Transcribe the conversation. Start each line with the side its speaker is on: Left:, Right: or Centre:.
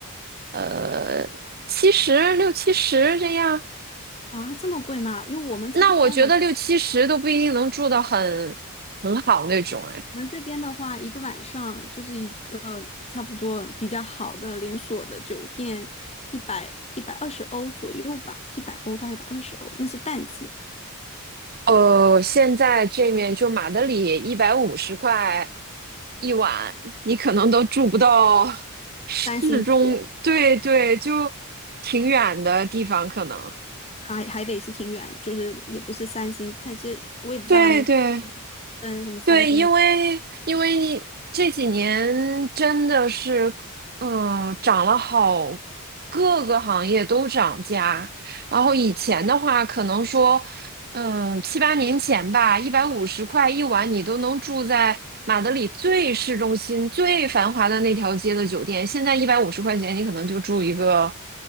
Right: 呃，七十六七十这样。
Left: 啊，这么贵吗？因为我们这边好。
Right: 那我觉得六七十都不一定能住到很很好那种，
Left: 像。
Right: 哎。
Left: 我们这边的话，一个晚上就是一个差不多比较好的连锁的酒店，一百一百二十欧左右吧，一百欧到一百二十欧，那是淡季，
Right: 呃，现在这面就马德里一百五十块一晚，你可能都住不到 <laughs> 市中，
Left: 三星级，
Right: 对对，就挺远的地方，可能。
Left: 还还得是挺远，就是也不是三星，但其实我也不知道他们
Right: 对对，
Left: 分什么三星
Right: 对，因为因为这几年真的是，嗯、涨了好，各个行业都涨价。然后以前的话，可能说，嗯、七八年前吧，一百五十块一晚，你都能住在马德里最市中心、最繁华的那条街的酒店。现在一百五十块钱，你可能就住一个，